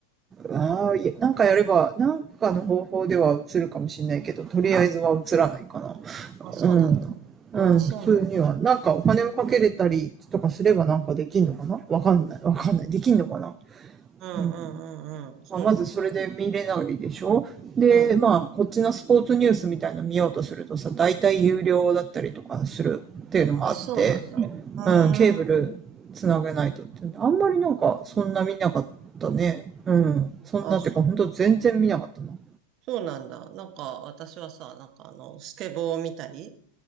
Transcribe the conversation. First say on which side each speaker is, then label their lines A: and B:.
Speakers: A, on the right; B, on the right.
A: あ、いやなんかやれば、なんかの方法では映るかもしれないけど、とりあえずは映らないかな。
B: あ、そうなんだ。
A: うん。うん、
B: ああ、そうなんだ。
A: 普通には。なんかお金をかけれたりとかすればなんかできんのかなわかんない。わかんない。できんのかな
B: うんうんうんうん。
A: うん。
B: そうなんだ。
A: まあ、まずそれで見れないでしょで、
B: うん。
A: まあ、こっちのスポーツニュースみたいなの見ようとするとさ、大体有料だったりとかするっていうのもあって、
B: あ、そうなんだ。うーん。
A: うん、ケーブルつなげないとってあんまりなんか、そんな見なかったね。うん。そんなってか、
B: あ、
A: ほんと全然見なかったな。
B: そうなんだ。なんか、私はさ、なんかあの、スケボーを見たり、